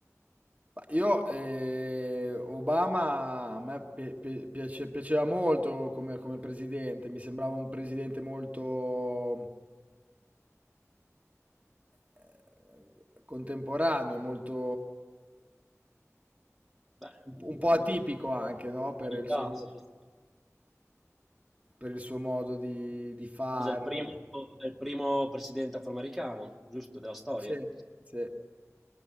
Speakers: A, on the right; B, in the centre.
A: Ma Io, eh, Obama a me pi- pi- piace- piaceva molto come, come presidente, mi sembrava un presidente molto eh, contemporaneo, molto
B: Beh,
A: un
B: un-
A: po' un po' atipico anche, no? Per
B: un'unità,
A: il suo, mo-
B: sì. sì.
A: per il suo modo di, di fare.
B: Scusa, è il primo, è il primo presidente afroamericano, giusto, della storia.
A: Sì, sì.